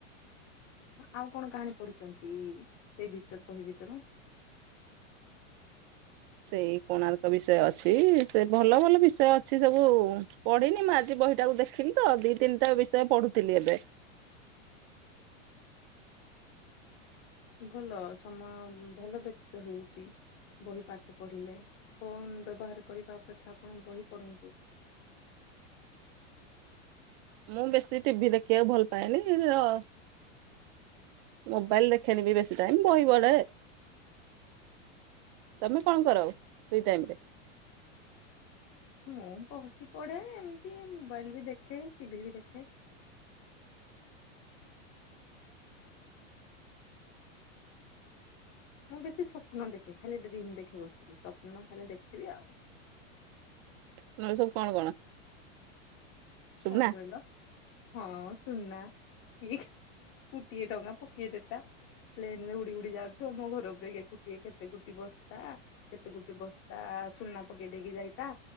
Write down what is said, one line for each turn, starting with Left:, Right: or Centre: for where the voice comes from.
Left: ଆଉ କଣ କାହାଣୀ ପଢିଛନ୍ତି ସେଇ ଭି ବହି ଭିତରୁ?
Right: ସେଇ କୋଣାର୍କ ବିଷୟ ଅଛି ସେ ଭଲ ଭଲ ବିଷୟ ଅଛି ସବୁ। ପଢିନି ମୁଁ ଆଜି ବହିଟାକୁ ଦେଖିଲି ତ ଦି ତିନିଟା ବିଷୟ ପଢୁଥିଲି ଏବେ।
Left: ଭଲ ସମୟ ଭଲ ବ୍ୟତୀତ ହେଉଛି। ବହି ପାଠ ପଢ଼ିଲେ ଫୋନ ବ୍ୟବହାର କରିବା ଅପେକ୍ଷା ଆପଣ ବହି ପଢ଼ନ୍ତୁ।
Right: ମୁଁ ବେଶୀ ଟିଭି ଦେଖିବାକୁ ଭଲ ପାଏନି ଅ ମୋବାଇଲି ଦେଖେନି ବି ବେଶି ଟାଇମ ବହି ପଢେ ତମେ କଣ କର ଫ୍ରି ଟାଇମି ରେ?
Left: ମୁଁ ବହି ପଢେ ଏମିତି ମୋବାଇଲି ବି ଦେଖେ ଟିଭି ବି ଦେଖେ। ମୁଁ ବେଶୀ ସ୍ଵପ୍ନ ଦେଖେ ଖାଲି ଡ୍ରିମ୍ ଦେଖେ ବସିକି ସପ୍ନ ଖାଲି ଦେଖିବି ଆଉ।
Right: ନହେଲେ ସବୁ କଣ କଣ? ସୁନା?
Left: କଣ କହିଲ ହଁ ସୁନା ଠିକ୍ କୋଟିଏ ଟଙ୍କା ପକେଇ ଦେତା <unintelligible> ପ୍ଲେନ ରେ ଉଡି ଉଡି ଯାଉଥିବ ମୋ ଘର ଉପରେ କୋଟିଏ କେତେ କୋଟି ବସ୍ତା। କେତେ ଗୋଟେ ବସ୍ତା ସୁନା ପକେଇ ଦେଇକି ଯାଇତା।